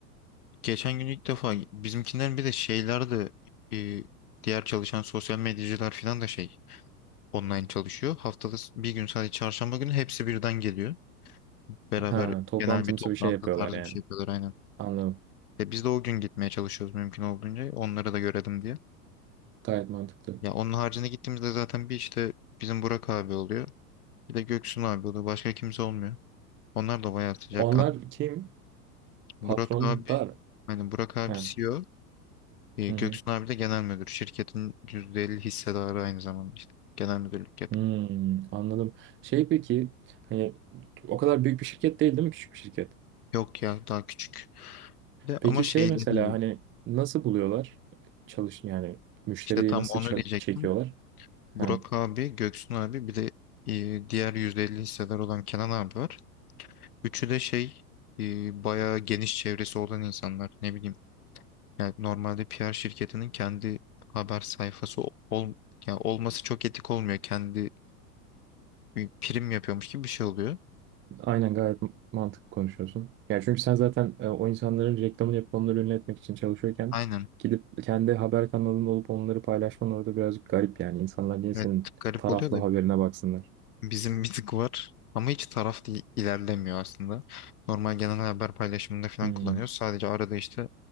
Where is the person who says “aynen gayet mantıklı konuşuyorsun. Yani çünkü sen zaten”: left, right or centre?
Right